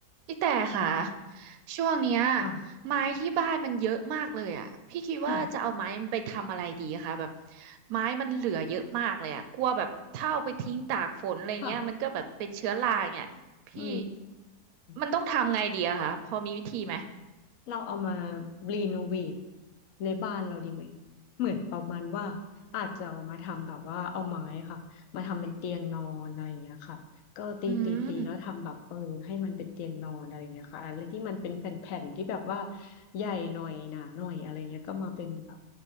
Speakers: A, on the right; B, on the left.
A: พี่แต่ค่ะช่วงเนี้ย
B: ค่ะ
A: ไม้ที่บ้านมันเยอะมากเลยอ่ะพี่คิดว่าจะเอาไม้มันไปทำอะไรดีคะแบบ
B: ค่ะ
A: ไม้มันเหลือเยอะมากเลยอ่ะกลัวแบบถ้าเอาไปทิ้งตากฝนอะไรเงี้ยมันก็แบบเป็นเชื้อราเนี่ยพี่
B: ค่ะอื
A: มันต้องทำไงดีอะคะพอมีวิธีไหม
B: มเราเอามารีโนเวทในบ้านเราดีไหมเหมือนประมาณว่าอาจจะเอามาทำแบบว่าเอาไม้ค่ะมาทำเป็นเตียงนอนอะไรอย่างเงี้ยค่ะก็ตีตีตีแล้วทำแบบเออให้มันเป็นเตียงนอนอะไรอย่างเงี้ยค่ะอะไรที่มันเป็นแผ่นๆที่แบบว่า
A: อืม
B: ใหญ่หน่อยหนาหน่อยอะไรเงี้ยก็มาเป็นแบบ